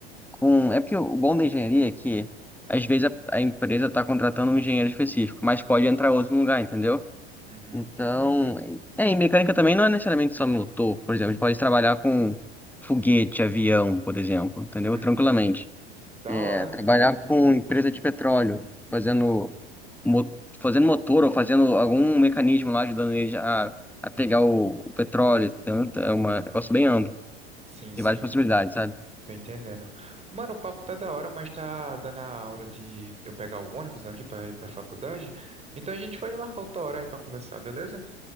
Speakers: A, in the centre; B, on the right.
A: com, é porque o bom da engenharia é que às vezes a, a empresa tá contratando um engenheiro específico, mas pode entrar outro no lugar, entendeu?
B: Uhum.
A: Então, é, e mecânica também não é necessariamente só motor, por exemplo, a gente pode trabalhar com foguete, avião, por exemplo, entendeu?
B: Hum.
A: Tranquilamente.
B: Da
A: É,
B: hora.
A: trabalhar com empresa de petróleo, fazendo, mo- fazendo motor ou fazendo algum mecanismo lá ajudando eles a, a pegar o, o petróleo, tanto, é uma- é um negócio bem amplo,
B: Sim, sim.
A: tem várias possibilidades, sabe?
B: Tô entendendo. Mano, o papo tá da hora, mas tá dando a hora de eu pegar o ônibus aqui pra ir pra faculdade. Então a gente pode marcar outra hora aí pra conversar, beleza?